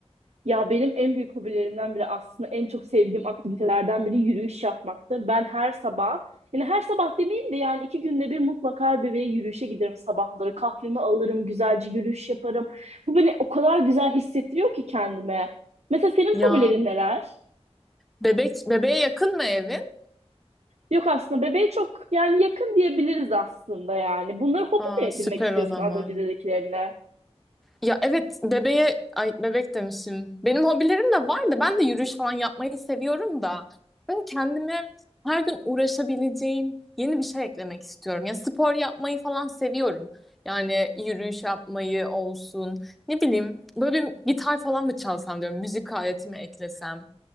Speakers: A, on the right; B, in the centre.
A: Ya benim en büyük hobilerimden biri aslında en çok sevdiğim aktivitelerden biri yürüyüş yapmaktır. Ben her sabah, yani her sabah demeyeyim de yani iki günde bir mutlaka bebeğe yürüyüşe giderim sabahları. Kahvemi alırım, güzelce yürüyüş yaparım. Bu beni o kadar güzel hissettiriyor ki kendime. Mesela senin
B: Ya
A: hobilerin neler?
B: bebek bebeğe yakın mı evin?
A: Yok aslında bebeğe çok yani yakın diyebiliriz aslında yani. Bunları hobi
B: Aa,
A: mi edinmek
B: süper
A: istiyorsun
B: o zaman.
A: az önce dediklerine?
B: Ya evet bebeğe ay bebek demişim. Benim hobilerim de var da ben de yürüyüş falan yapmayı seviyorum da. Böyle kendime her gün uğraşabileceğim yeni bir şey eklemek istiyorum. Ya spor yapmayı falan seviyorum. Yani yürüyüş yapmayı olsun. Ne bileyim böyle bir gitar falan mı çalsam diyorum. Müzik aletimi eklesem.